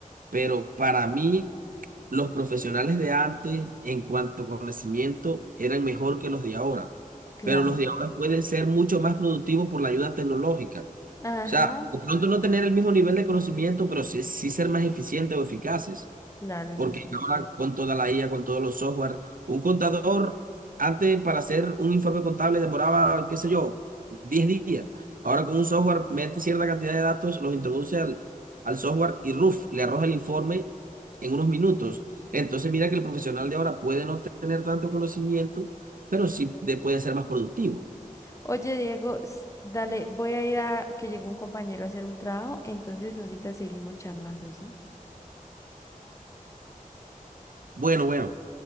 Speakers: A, on the right (about 75°); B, on the left (about 20°).
A: pero para mí Los profesionales de antes, en cuanto a conocimiento, eran mejor que los de ahora,
B: claro,
A: pero los de ahora pueden ser mucho más productivos por la ayuda tecnológica.
B: ajá,
A: O sea, de pronto no tener el mismo nivel de conocimiento, pero sí, sí ser más eficientes o eficaces.
B: claro, eso
A: Porque
B: sí.
A: ahora
B: pues".
A: con toda la IA, con todos los software, un contador antes para hacer un informe contable demoraba, qué sé yo, 10 días. Ahora con un software mete cierta cantidad de datos, los introduce al, al software y RUF le arroja el informe en unos minutos. Entonces mira que el profesional de ahora puede no tener tanto conocimiento, pero sí de- puede ser más productivo.
B: Oye, Diego, s- dale, voy a ir a que llegó un compañero a hacer un trabajo, entonces ahorita seguimos charlando, ¿sí?
A: Bueno, bueno,